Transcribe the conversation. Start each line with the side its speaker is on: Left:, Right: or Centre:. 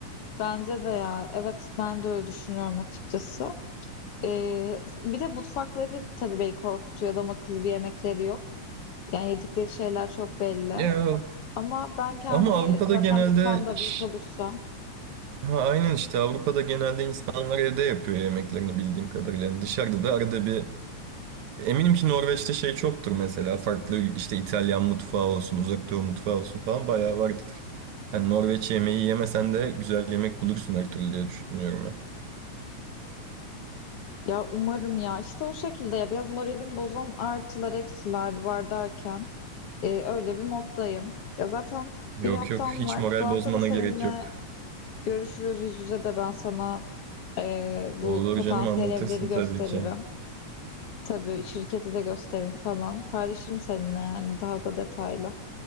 Left: Bence de ya. Evet ben de öyle düşünüyorum açıkçası. Ee, bir de mutfakları tabii beni korkutuyor. Adam akıllı bir yemekleri yok. Yani yedikleri şeyler çok belli.
Right: Ya
Left: Ama ben kendi
Right: ama Avrupa'da
Left: zaten
Right: genelde
Left: mutfağım da
Right: ş-
Left: büyük olursa
Right: ha, aynen işte Avrupa'da genelde insanlar evde yapıyor yemeklerini bildiğim kadarıyla. Yani dışarıda da arada bir Eminim ki Norveç'te şey çoktur mesela. Farklı ül- işte İtalyan mutfağı olsun, Uzak Doğu mutfağı olsun falan bayağı vardır. Hani Norveç yemeği yemesen de güzel yemek bulursun her türlü diye düşünüyorum ya.
Left: ya umarım ya işte o şekilde ya biraz moralimi bozan artılar eksiler var derken Ee, öyle bir moddayım. Ya zaten
Right: Yok
Left: bir haftam
Right: yok hiç
Left: var.
Right: moral
Left: Bu hafta
Right: bozmana
Left: da seninle
Right: gerek yok.
Left: görüşürüz yüz yüze de ben sana ee, bu
Right: Olur
Left: potansiyel
Right: canım anlatırsın
Left: evleri gösteririm.
Right: tabii ki.
Left: Tabii şirketi de gösteririm falan. Paylaşırım seninle yani daha da detaylı.